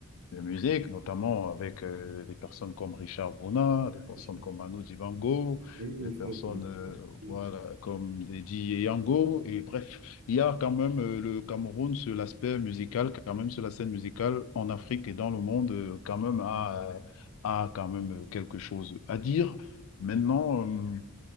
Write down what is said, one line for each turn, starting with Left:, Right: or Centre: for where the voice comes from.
Left: de musique, notamment avec euh, des personnes comme Richard Bruna, des personnes
Right: je-
Left: comme Manu Dibango,
Right: oui, il
Left: des personnes
Right: faut-
Left: euh,
Right: oui.
Left: voilà, comme Lady Yango. Et bref, il y a quand même euh, le Cameroun sur l'aspect musical, quand même sur la scène musicale en Afrique et dans le monde, euh, quand même a, a quand même quelque chose à dire. Maintenant, euh,